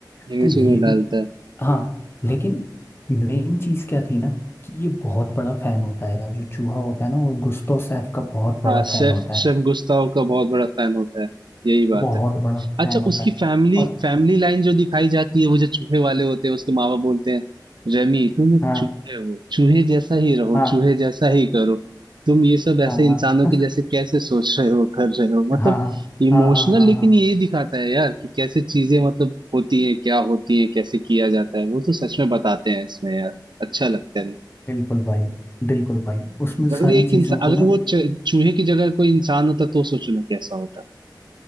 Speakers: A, on the left; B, on the right.
A: तो
B: इसी
A: ये
B: में डालता
A: भी
B: है
A: हाँ लेकिन मेन चीज़ क्या थी ना कि ये बहुत बड़ा फैन होता है यार जो चूहा होता है ना वो गुस्तव सैफ का बहुत बड़ा
B: हाँ शेफ
A: फैन होता
B: शेफ
A: है
B: गुस्ताव का बहुत बड़ा फैन होता है यही बात
A: बहुत
B: है
A: बड़ा
B: अच्छा
A: फैन होता
B: उसकी
A: है
B: फैमिली
A: और
B: फैमिली लाइन जो दिखाई जाती है वो जो चूहे वाले होते हैं उसके माँ बाप बोलते हैं रेमी तुम एक
A: हाँ
B: चूहे हो चूहे जैसा ही रहो
A: हाँ
B: चूहे जैसा ही करो तुम ये सब
A: हाँ
B: ऐसे
A: हाँ
B: इंसानों के जैसे कैसे सोच रहे हो कर रहे हो मतलब
A: हाँ हाँ
B: इमोशनल
A: हाँ हाँ हाँ
B: लेकिन
A: हाँ
B: ये दिखाता है यार कि कैसे चीजें मतलब होती हैं क्या होती हैं कैसे किया जाता है वो तो सच में बताते हैं इसमें यार अच्छा लगता है
A: बिल्कुल भाई बिल्कुल भाई उसमें
B: अगर
A: सारी
B: एक
A: चीज़ों
B: इंसान
A: को
B: अगर
A: ना
B: वो च- चूहे की जगह कोई इंसान होता तो सोचो ना कैसा होता